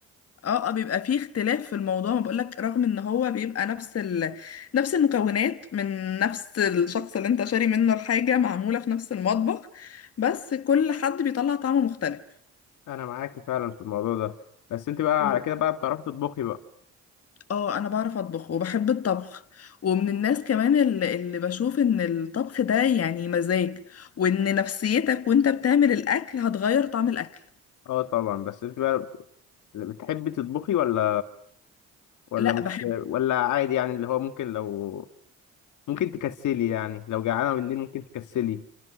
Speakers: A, on the left; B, on the left.
A: اه اه بيبقى فيه اختلاف في الموضوع ما بقولك رغم ان هو بيبقى نفس ال... نفس المكونات من نفس الشخص اللي انت شاري منه الحاجة معمولة في نفس المطبخ بس كل حد بيطلع طعم مختلف
B: انا معاكي فعلا في الموضوع ده بس انت بقى
A: و...
B: على كده بقى بتعرفي تطبخي بقى
A: اه انا بعرف اطبخ وبحب الطبخ ومن الناس كمان اللي, اللي بشوف ان الطبخ ده يعني مزاج وان نفسيتك وانت بتعمل الاكل هتغير طعم الاكل
B: اه طبعا بس انت بقى بتحبي تطبخي ولا ولا
A: لا
B: مش
A: بحب
B: ولا عادي يعني اللي هو ممكن لو ممكن تكسلي يعني لو جعانة بالليل ممكن تكسلي